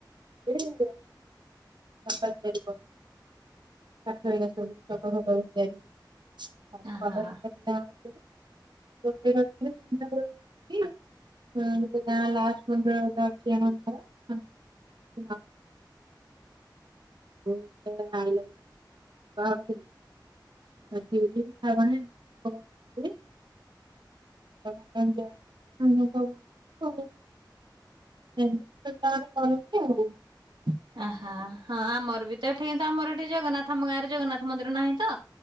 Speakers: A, on the right; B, on the right.
A: <unintelligible>
B: ଆହା
A: <unintelligible> <unintelligible> <unintelligible> <inaudible> <inaudible> <unintelligible>
B: ଓହ ହଁ ଆମର ବି ତ ଏଠି ତ ଆମର ଏଠି ଜଗନ୍ନାଥ ଆମ ଗାଁରେ ଜଗନ୍ନାଥ ମନ୍ଦିର ନାହିଁ ତ